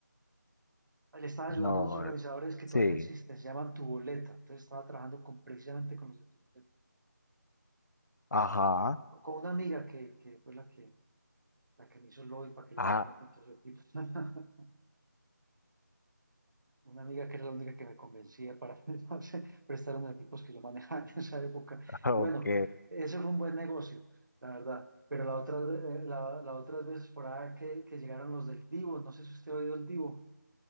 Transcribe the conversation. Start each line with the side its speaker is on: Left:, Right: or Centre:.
Right: le están
Left: No,
Right: ayudando unos organizadores que
Left: sí,
Right: todavía existen, se llaman Tuboleta. Entonces estaba trabajando con, precisamente con los de Tuboleta.
Left: ajá,
Right: Con una amiga que, que fue la que, la que me hizo el lobby para que le
Left: ah,
Right: ayudara con todo su equipo. <laughs> Una amiga que era la única que me convencía para <laughs> prestar los equipos que yo manejaba en esa época.
Left: <laughs> ok.
Right: Y bueno, ese fue un buen negocio, la verdad. Pero la otra, eh, la, la otras veces por ahí que, que llegaron los del Divo, no sé si usted ha oído el Divo.